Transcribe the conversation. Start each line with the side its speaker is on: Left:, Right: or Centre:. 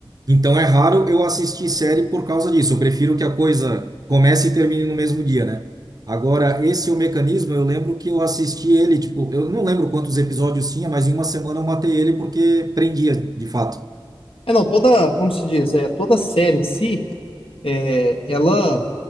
Right: Então é raro eu assistir série por causa disso. Eu prefiro que a coisa comece e termine no mesmo dia, né? Agora, esse é o mecanismo, eu lembro que eu assisti ele, tipo, eu não lembro quantos episódios tinha, mas em uma semana eu matei ele porque prendia, de fato.
Left: É, não, toda, como se diz, é, toda série em si, é, ela,